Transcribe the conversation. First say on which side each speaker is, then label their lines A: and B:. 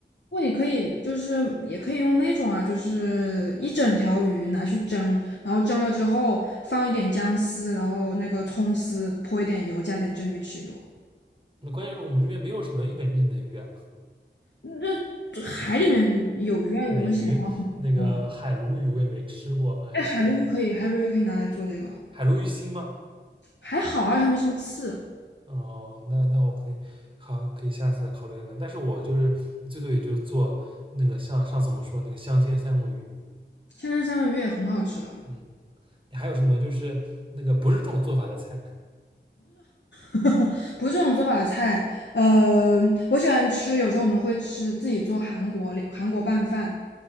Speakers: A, on the left; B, on the right.
A: 不，过你可以就是也可以用那种啊，就是一整条鱼拿去蒸，然后蒸了之后放一点姜丝，然后那个葱丝，泼一点油，加点蒸鱼豉油。
B: 那关键是我们这边没有什么一本正经的鱼啊，
A: 嗯那这海里面有鱼啊，
B: 海鱼、
A: 有没有喜欢的？
B: 那个海鲈鱼我也没吃过。
A: 嗯，
B: 哎呀，
A: 哎，海鲈鱼可以，海鲈鱼可以拿来做这个，
B: 海鲈鱼腥吗？
A: 还好啊，它没什么刺。
B: 哦，那那我可以好，可以下次再考虑看看。但是我就是最多也就做那个像上次我们说那个香煎三文鱼。
A: 千层三文鱼也很好吃了，
B: 嗯，你还有什么就是那个不是这种做法的菜？
A: <laughs> 不是这种做法的菜。呃，我喜欢吃，有时候我们会吃自己做韩国韩国拌饭，